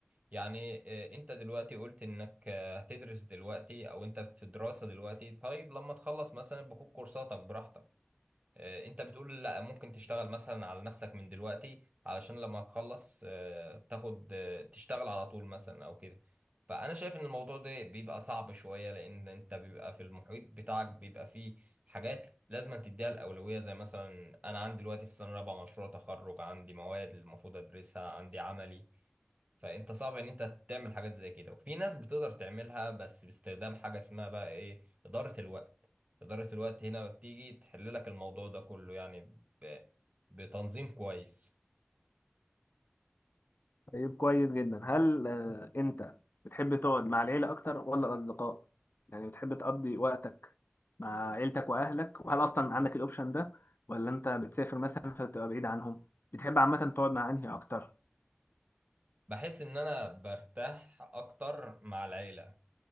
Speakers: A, on the right; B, on the left.
A: يعني آه، أنت دلوقتي قلت إنك آه، هتدرس دلوقتي أو أنت في دراسة دلوقتي طيب لما تخلص مثلا باخد كورساتك براحتك آه، انت بتقول لا ممكن تشتغل مثلا على نفسك من دلوقتي علشان لما تخلص آه، تاخد آه، تشتغل على طول مثلا او كده فانا شايف ان الموضوع ده بيبقى صعب شوية لان انت بيبقى في المحيط بتاعك بيبقى فيه حاجات لازم تديها الاولوية زي مثلا انا عندي دلوقتي في سنة رابعة مشروع تخرج عندي مواد المفروض ادرسها عندي عملي فانت صعب ان انت تعمل حاجات زي كده وفي ناس بتقدر تعملها بس باستخدام حاجه اسمها بقى ايه اداره الوقت اداره الوقت هنا بتيجي تحل لك الموضوع ده كله يعني ب... بتنظيم كويس
B: طيب كويس جدا هل آه، انت بتحب تقعد مع العيلة اكتر ولا الاصدقاء يعني بتحب تقضي وقتك مع عيلتك واهلك وهل اصلا عندك الاوبشن ده ولا انت بتسافر مثلا فتبقى بعيد عنهم بتحب عامة تقعد مع انهي اكتر
A: بحس ان انا برتاح اكتر مع العيله